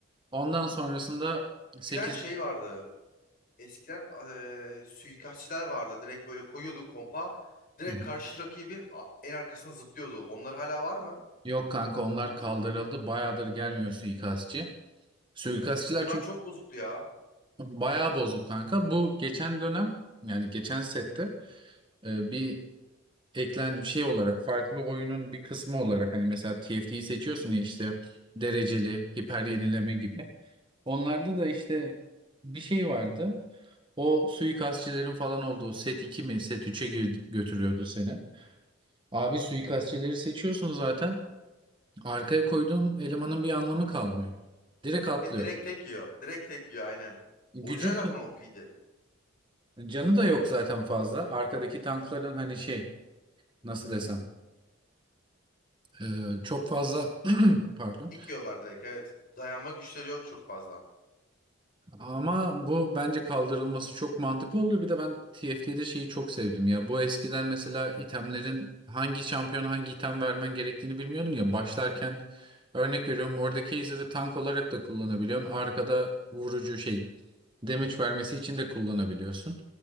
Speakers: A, on the right; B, on the left.
A: Ondan sonrasında sekiz
B: Giden şey vardı. Eskiden eee, suikastçiler vardı. Direkt böyle koyuyordun kompa. Direkt
A: Hı hı.
B: karşı rakibin a- en arkasına zıplıyordu. Onlar hala var mı?
A: Yok kanka onlar kaldırıldı. Bayağıdır gelmiyor suikastçı. Suikastçılar
B: Onlar
A: çünkü
B: çok bozuktu ya.
A: bayağı bozuk kanka. Bu geçen dönem yani geçen sette e, bir eklen bir şey olarak farklı oyunun bir kısmı olarak hani mesela TFT'yi seçiyorsun ya işte dereceli hiper yenileme gibi. Onlarda da işte bir şey vardı. O suikastçilerin falan olduğu set 2 mi set üçe gir- götürüyordu seni. Abi suikastçileri seçiyorsun zaten. Arkaya koyduğun elemanın bir anlamı kalmıyor. Direkt atlıyor.
B: Evet, direkt tek yiyor. Direkt tek yiyor aynen.
A: Gücü
B: O yüzden zaten
A: şey,
B: o OP'ydi.
A: canı da yok zaten fazla. Arkadaki tankların hani şey nasıl desem e, çok fazla <clears throat> pardon
B: İlk yiyorlar direkt evet. Dayanma güçleri yok çok fazla.
A: Ama bu bence kaldırılması çok mantıklı oldu. Bir de ben TFT'de şeyi çok sevdim ya. Bu eskiden mesela itemlerin hangi şampiyon hangi item vermen gerektiğini bilmiyordun ya. Başlarken örnek veriyorum Mordekaiser'ı tank olarak da kullanabiliyorsun. Arkada vurucu şey damage vermesi için de kullanabiliyorsun.